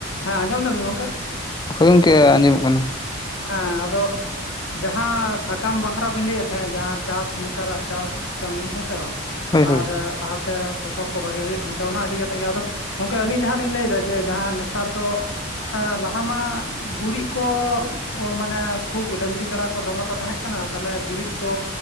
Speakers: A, on the left; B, on the left.
A: ᱦᱮᱸ ᱟᱸᱡᱚᱢ ᱫᱟᱵᱤᱱ ᱜᱚᱝᱠᱮ?
B: ᱦᱳᱭ ᱜᱚᱝᱠᱮ ᱟᱸᱡᱚᱢᱚᱜ ᱠᱟᱱᱟ᱾
A: ᱦᱮᱸ ᱟᱫᱚᱜ ᱡᱟᱦᱟᱸ ᱥᱟᱠᱟᱢ ᱵᱟᱠᱷᱨᱟ ᱵᱤᱱ ᱞᱟᱹᱭᱮᱫ ᱛᱟᱦᱮᱸᱫ ᱡᱟᱦᱟᱸ ᱪᱟᱥ ᱱᱮᱛᱟᱨᱟᱜ ᱪᱟᱥ ᱠᱟᱹᱢᱤ ᱦᱮᱸᱥᱮ ᱵᱟᱝ?
B: ᱦᱳᱭ ᱦᱳᱭ
A: ᱟᱨ ᱞᱟᱦᱟᱛᱮ ᱯᱷᱚᱥᱚᱞ ᱠᱚ ᱵᱷᱟᱜᱮ ᱦᱳᱭᱳᱜ ᱠᱟᱱᱛᱮ ᱚᱱᱟ ᱤᱫᱤ ᱠᱟᱛᱮᱜ ᱜᱮ ᱟᱫᱚ ᱜᱚᱢᱠᱮ ᱟᱹᱞᱤᱧ ᱡᱟᱦᱟᱸ ᱞᱤᱧ ᱞᱟᱹᱭᱫᱟ ᱡᱮ ᱡᱟᱦᱟᱸ ᱱᱮᱛᱟᱨ ᱫᱚ ᱦᱮᱸ ᱞᱟᱦᱟ ᱢᱟ ᱜᱩᱨᱤᱡ ᱠᱚ ᱚ ᱢᱟᱱᱮ ᱠᱷᱩᱵ ᱰᱟᱹᱝᱨᱤ ᱠᱟᱰᱟ ᱠᱚ ᱫᱚᱢᱮ ᱠᱚ ᱛᱟᱦᱮᱸ ᱠᱟᱱᱟ ᱛᱟᱦᱚᱞᱮ ᱜᱩᱨᱤᱡ ᱠᱚ